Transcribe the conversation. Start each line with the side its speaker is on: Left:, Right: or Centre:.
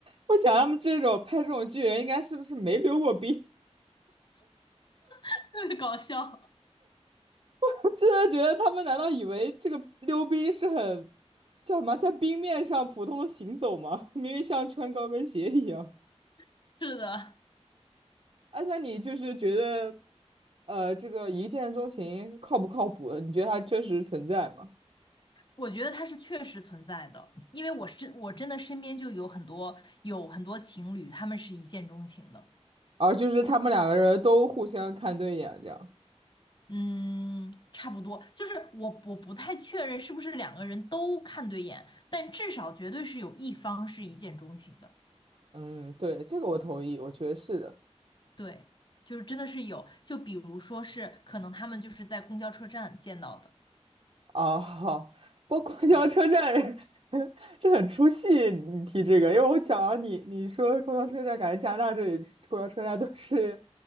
Right: 我想他们这种拍这种剧人，应该是不是没溜过冰？
Left: <laughs> 特别搞笑。
Right: <laughs> 真的觉得他们难道以为这个溜冰是很叫什么，在冰面上普通的行走吗？<laughs> 明明像穿高跟鞋一样。
Left: <laughs> 是的，
Right: 哎，那你就是觉得，呃，这个一见钟情靠不靠谱的你觉得它真实存在吗？
Left: 我觉得它是确实存在的，因为我身我真的身边就有很多有很多情侣，他们是一见钟情的。
Right: 啊，就是他们两个人都互相看对眼，这样。
Left: 嗯，差不多，就是我我不太确认是不是两个人都看对眼，但至少绝对是有一方是一见钟情的。
Right: 嗯，对，这个我同意，我觉得是的。
Left: 对，就是真的是有，就比如说是可能他们就是在公交车站见到的。
Right: 哦，好，不过公交车站，
Left: 对，
Right: <laughs> 这很出戏，你提这个，因为我讲你你说公交车站，感觉加拿大这里公交车站都是，